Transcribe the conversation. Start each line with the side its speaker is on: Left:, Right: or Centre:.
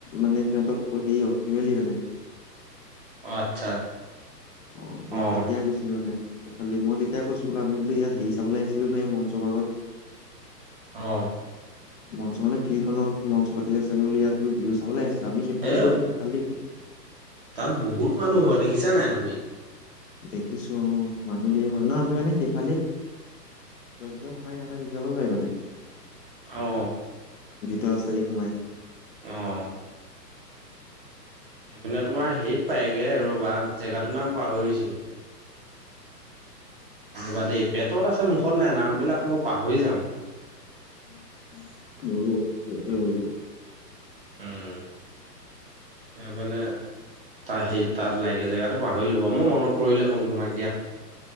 Left: মানে সিহঁতৰ হেৰি আৰু ফেমিলি মানে
Right: অঁ আচ্ছা।
Left: অঁ সেই
Right: অ',
Left: তেতিয়াই গৈছিলো মানে সেইফালদি মই তেতিয়াই কৈছো বোলো আমি বোলো ইয়াত হেৰি চাবলৈ আহিছিলো ন এই মঞ্চ ভাগত
Right: অঁ।
Left: মঞ্চ মানে ফিল্ডখনত মঞ্চ পাতি আছে বুলি ইয়াত তুমি বিহু চাবলৈ আহিছে আমি সেইফালেদিহে
Right: এ
Left: গৈছোঁ, সেইফালেদি
Right: তাত বহুত মানুহ হয়। দেখিছা নাই তুমি?
Left: দেখিছো, অ', মানুহ ধেৰ হয়। ন আমি মানে সেইফালে দি ভিতৰে ভিতৰে সোমাই <unintelligible> গুচি যাবই পাৰি মানে।
Right: অঁ।
Left: ভিতৰ ৰাস্তা দি সোমাই।
Right: অঁ। সেইফালে তোমাৰ হেৰিত পায়গে, ৰবা জেগাটোৰ নাম পাহৰিছো। ৰবা দেই, পেটত আছে মুখত নাই, নাম বিলাক মই পাহৰি যাওঁ।
Left: <unintelligible>
Right: উম। সেইপিনে, তাৰ সেই তাত ওলাইগে। জেগাতটো পাহৰিলো বাৰু। মই মনত পৰিলে ক'ম তোমাক দিয়া।